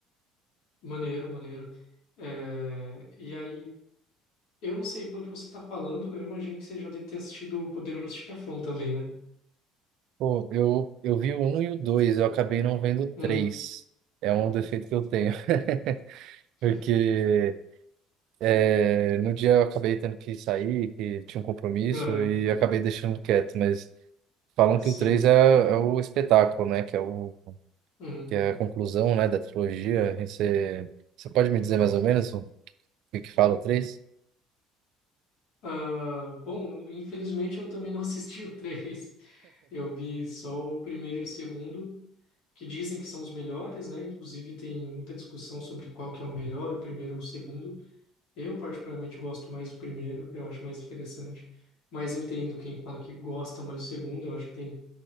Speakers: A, on the left; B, on the right.
A: maneiro, maneiro. É, E aí, eu não sei, pelo que você está falando, eu imagino que você já deve ter assistido o Poderoso Chefão também, né?
B: Pô, eu, eu vi o 1 e o dois eu acabei não vendo o 3.
A: Uhum,
B: É um defeito que eu tenho, <laughs>
A: <laughs>
B: porque é, no dia eu acabei tendo que sair, que tinha um compromisso,
A: aham,
B: e acabei deixando quieto, mas falam
A: sim.
B: que o 3 é, é o espetáculo, né? Que é, o,
A: Uhum.
B: que é a conclusão, né, da trilogia. E Você, você pode me dizer mais ou menos que que fala? o Três?
A: Ah, bom, infelizmente eu também não assisti <laughs> o três Eu vi só o primeiro e o segundo, que dizem que são os melhores, né? Inclusive tem muita discussão sobre qual que é o melhor, o primeiro ou o segundo. Eu particularmente gosto mais do primeiro, eu acho mais interessante. Mas entendo quem fala que gosta mais do segundo, eu acho que tem,